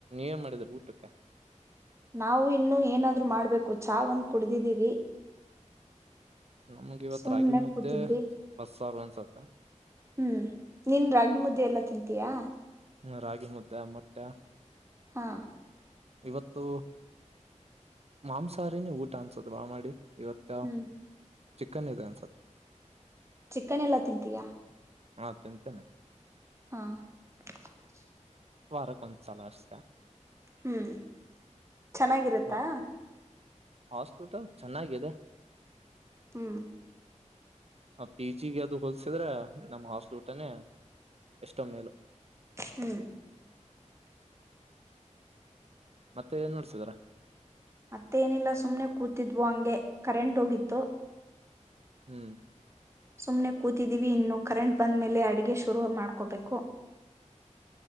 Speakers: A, on the right; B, on the right.
A: ಏನು ಮಾಡಿದ್ರು ಊಟಕ್ಕೆ
B: ನಾವು ಇನ್ನೂ ಏನಾದ್ರರು ಮಾಡ್ಬೇಕು ಚಹಾ ಒಂದು ಕುಡ್ದಿದ್ದೀವಿ
A: ನಮ್ಗೆ ಇವತ್
B: ಸುಮ್ನೆ
A: ರಾಗಿ ಮುದ್ದೆ
B: ಕೂತಿದ್ವಿ
A: ಬಸ್ಸಾರು ಅನ್ಸತ್ತ
B: ಹ್ಮ್ ನೀನ್ ರಾಗಿ ಮುದ್ದಿ ಎಲ್ಲ ತಿಂತೀಯಾ
A: ಹ್ಮ ರಾಗಿ ಮುದ್ದೆ ಮೊಟ್ಟೆ
B: ಹಾ
A: ಇವತ್ತು ಮಾಂಸಾಹಾರಿನೇ ಊಟ ಅನಿಸುತ್ತೆ ಭಾಳ ಮಾಡಿ ಇವತ್ತ
B: ಹ್ಮ್
A: ಚಿಕನ್ ಇದೆ ಅನ್ಸ
B: ಚಿಕನ್ ಎಲ್ಲಾ ತಿಂತೀಯಾ
A: ಹಾ ತಿಂತಿನಿ
B: ಹಾ <unintelligible>
A: ವಾರಕ್ ಒಂದ್ ಸಲ ಅಷ್ಟೇ
B: ಹ್ಮ್ ಚೆನ್ನಾಗಿರುತ್ತಾ
A: ಮತ್ ಹಾಸ್ಪಿಟಲ್ ಚೆನ್ನಾಗಿದೆ
B: ಹ್ಮ್
A: ಆ ಪಿಜಿಗೆ ಯಾವ್ದು ಹೊಲ್ಸಿದ್ರೆ ನಮ ಹಾಸ್ಟೆಲ್ ಊಟನೇ ಎಷ್ಟೊ ಮೇಲು
B: ಹ್ಮ್
A: ಮತ್ತೆ ಏನ್ ನೋಡ್ಸಿದ್ರ
B: ಮತ್ತೇನಿಲ್ಲ ಸುಮ್ನೆ ಕೂತಿದ್ವೋ ಹಂಗೆ ಕರೆಂಟ್ ಹೋಗಿತ್ತು
A: ಹ್ಮ್
B: ಸುಮ್ನೆ ಕೂತಿದ್ದೀವಿ ಇನ್ನು ಕರೆಂಟ್ ಬಂದ್ಮೇಲೆ ಅಡುಗೆ ಶುರು ಮಾಡ್ಕೋಬೇಕು